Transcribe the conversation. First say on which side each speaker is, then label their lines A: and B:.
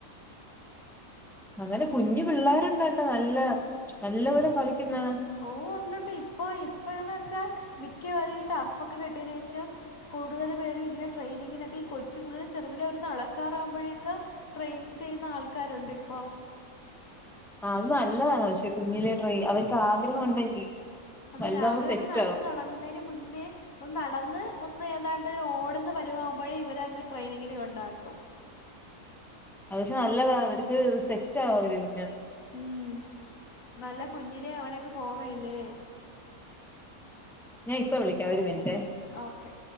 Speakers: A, in the centre; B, on the left.
A: അങ്ങനെ കുഞ്ഞ് പിള്ളേരുണ്ട്ട്ടോ നല്ല നല്ലപോലെ കളിക്കുന്ന
B: ഓഹ് ഒണ്ട്ണ്ട് ഇപ്പൊ ഇപ്പഴ്‌ന്ന് വെച്ചാ മിക്കവരും ഈ ടർഫൊക്കെ കെട്ടിയയിന് ശേഷം കൂടുതൽ പേരും ഇങ്ങനെ ട്രെയിനിങ്ങിനൊക്കെ ഈ കൊച്ചുപുള്ളരെ ചെറുതില അവര് നടക്കാറാവുമ്പോഴേക്ക് ട്രെയിൻ ചെയ്യുന്ന ആൾക്കാരുണ്ടി പ്പോ
A: ആഹ് അത് നല്ലതാ പക്ഷെ കുഞ്ഞിലെ ട്രൈ അവർക്ക് ആഗ്രഹം ഉണ്ടെങ്കി
B: അതെ
A: വലുതാവുമ്പോ
B: രാവിലെ അവരങ്ങ്
A: സെറ്റ്
B: നടന്ന്
A: ആവും
B: തുടങ്ങുന്നതിന് മുന്നേ ഒന്നു നടന്ന് ഒന്ന് ഏതാണ്ടൊരു ഓടുന്ന പരുവാമാകുമ്പോഴേ ഇവരങ്ങു ട്രെയിനിങ്ങിന് കൊണ്ടാക്കും.
A: അത് പക്ഷേ നല്ലതാ അവർക്ക് സെറ്റ് ആവും അവര് പിന്നെ.
B: ഉമ് നല്ല കുഞ്ഞിലെ അവരങ്ങ് പോവല്ലേ?
A: ഞാൻ ഇപ്പൊ വിളിക്കാം ഒരു മിനിറ്റെ.
B: ഓക്കെ.